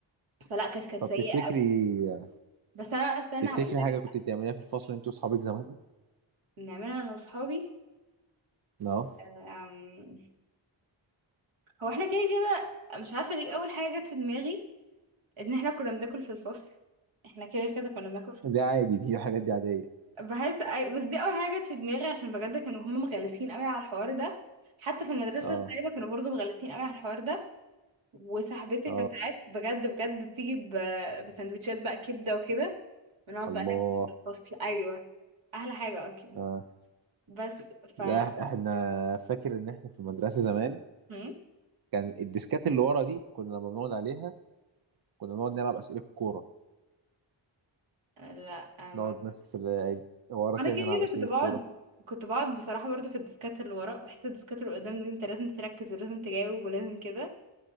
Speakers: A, on the right; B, on the right.
A: فلا كانت كانت
B: طب
A: سيئة
B: تفتكري
A: بس انا استنى
B: تفتكري
A: هقول لك
B: حاجه كنت بتعمليها في الفصل انت واصحابك زمان
A: بنعملها انا واصحابي
B: اه
A: أم، هو احنا كده كده مش عارفة ليه اول حاجة جت في دماغي ان احنا كنا بناكل في الفصل احنا كده كده كنا بناكل في
B: ده
A: الفصل
B: عادي دي الحاجات دي عاديه
A: بحس أي- بس دي اول حاجة جت في دماغي عشان بجد كانوا هم مغلسين قوي على الحوار ده حتى في المدرسة
B: اه
A: السايبة كانوا برضو مغلسين قوي على الحوار ده وصاحبتي
B: اه
A: كانت ساعات بجد بجد بتيجي ب- بسندوتشات بقى كبدة وكده ونقعد
B: الله
A: بقى ناكل في الفصل ايوه احلى حاجة اصلا
B: اه
A: بس ف
B: لا احنا فاكر ان احنا في المدرسه زمان
A: هم؟
B: كان الديسكات اللي ورا دي كنا لما بنقعد عليها كنا بنقعد نلعب اسئله كوره
A: لا ما.
B: نقعد ناس في ال- ورا
A: انا
B: كده
A: كده
B: نلعب
A: كده
B: اسئله
A: كنت بقعد
B: كوره
A: كنت بقعد بصراحة برضو في الديسكات اللي ورا بحس الديسكات اللي قدام دي انت لازم تركز ولازم تجاوب ولازم كده